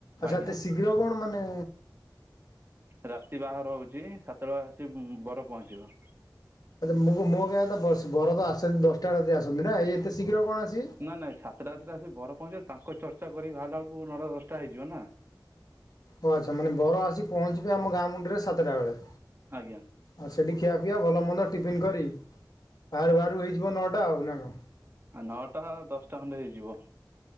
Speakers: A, on the left; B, on the right.
A: ଆଚ୍ଛା
B: ଆଜ୍ଞା
A: ଏତେ ଶୀଘ୍ର କଣ ମାନେ
B: ରାତି ବାହାଘର ହଉଛି ସାତଟା ଆସିକି ବର ପହଞ୍ଚିବ।
A: ଆଛା ମୁଁ ମୋ କହିବା କଥା ବସ୍ ବର ତ ଆସନ୍ତି ଦଶଟା ରାତିରେ ଆସନ୍ତି ନା ଏଇ ଏତେ ଶୀଘ୍ର କଣ ଆସିବେ?
B: ନା ନାଁଇ ସାତଟା ଆଠଟା ଆସି ବର ପହଞ୍ଚିବ ତାଙ୍କ ଚର୍ଚ୍ଚା କରିକି ବାହାରିଲା ବେଳକୁ ନଅଟା ଦଶଟା ହେଇଯିବ ନା।
A: ଓ ଆଚ୍ଛା ମାନେ ବର ଆସି ପହଞ୍ଚିବେ ଆମ ଗାଁ ମୁଣ୍ଡରେ ସାତଟା ବେଳେ।
B: ଆଜ୍ଞା।
A: ଆଉ ସେଠି ଖିଆପିଆ ଭଲ ମନ୍ଦ ଟିଫିନ୍ କରି ବାହାରୁ ବାହାରୁ ହେଇଯିବ ନଅଟା ଆଉ ନା କଣ?
B: ନଅଟା ଦଶଟା ଖଣ୍ଡେ ହେଇଯିବ।